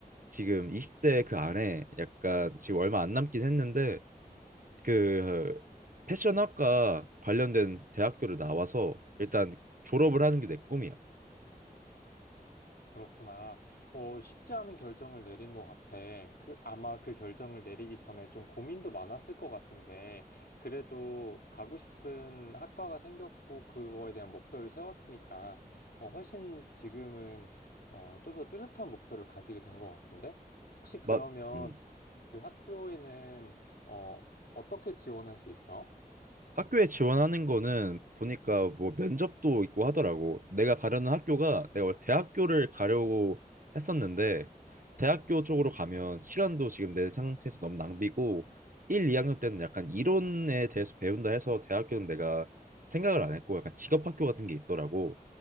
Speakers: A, on the right; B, on the left.
A: 지금 20대 그 안에 약간 지금 얼마 안 남긴 했는데 그 패션학과 관련된 대학교를 나와서 일단 졸업을 하는 게 내 꿈이야.
B: 그렇구나. 어, 쉽지 않은 결정을 내린 것 같아. 그, 아마 그 결정을 내리기 전에 좀 고민도 많았을 것 같은데, 그래도 가고 싶은 학과가 생겼고, 그거에 대한 목표를 세웠으니까, 어, 훨씬 지금은, 어, 좀 더 뚜렷한 목표를 가지게 된 것 같은데? 혹시 그러면
A: 막 음.
B: 그 학교에는, 어, 어떻게 지원할 수 있어?
A: 학교에 지원하는 거는 보니까 뭐 면접도 있고 하더라고. 내가 가려는 학교가 내가 원래 대학교를 가려고 했었는데 대학교 쪽으로 가면 시간도 지금 내 상태에서 너무 낭비고 1, 2학년 때는 약간 이론에 대해서 배운다 해서 대학교는 내가 생각을 안 했고 약간 직업학교 같은 게 있더라고.